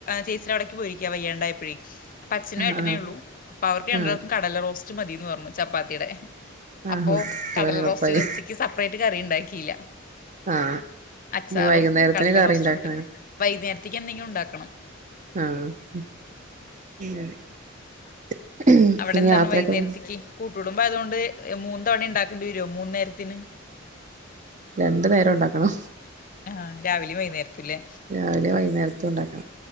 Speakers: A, on the left; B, on the right.
A: ചേച്ചി അവിടയ്ക്ക് പോയിരിക്കാ വയ്യാണ്ടായായപായേ അപ്പൊ അച്ഛനേ
B: ആഹ്
A: ഏട്ടനേ
B: ആഹ്
A: ഉള്ളൂ അപ്പൊ അവർക്ക് കണ്ടർക്കും
B: ആഹ്
A: കടല റോസ്റ്റ് മതിന്ന് പറഞ്ഞു ചപ്പാത്തിടെ
B: ആഹാ
A: അപ്പൊ
B: അതോണ്ട്
A: കടല
B: എളുപ്പായി
A: റോസ്റ്റ് തന്നെ ഉച്ചയ്ക്ക് കറി ഉണ്ടാക്കില്ല
B: ആഹ്
A: അച്ചാറും
B: ഇനി വൈകുന്നേരത്തിന്
A: കടല
B: കറി
A: റോസ്റ്റ്
B: ഇണ്ടാക്കണം
A: കുട്ടി വൈകുന്നേരത്തേക്ക് എന്തെങ്കിലും ഉണ്ടാക്കണം
B: ആഹ് പിന്നെ
A: അവിടെ എന്താണ്
B: യാത്രയൊക്കെ
A: വൈന്നേരത്തേക്ക്.
B: പോ
A: കുടുംബം അതുകൊണ്ട് മൂന്ന് തവണ ഉണ്ടാക്കേണ്ടി വരുമോ മൂന്ന് നേരത്തിന്
B: രണ്ടു നേരം ഉണ്ടാക്കണം
A: ആ രാവിലെയ വൈന്നേരത്തല്ലേ
B: രാവിലെ വൈകുന്നേരത്തും ഉണ്ടാക്കണം